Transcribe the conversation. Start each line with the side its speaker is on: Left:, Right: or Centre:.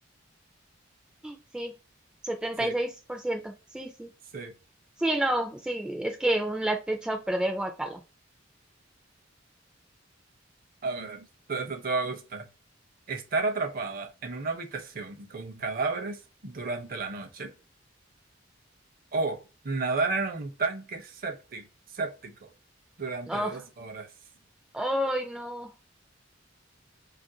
Centre: Sí, setenta
Right: Sí,
Centre: y seis por ciento Sí, sí.
Right: sí.
Centre: Sí, no, sí, es que un lácteo echado a perder guacala.
Right: A ver, te, te te va a gustar. Estar atrapada en una habitación con cadáveres durante la noche o nadar en un tanque séptico, séptico durante
Centre: Oh,
Right: dos horas.
Centre: ay, no.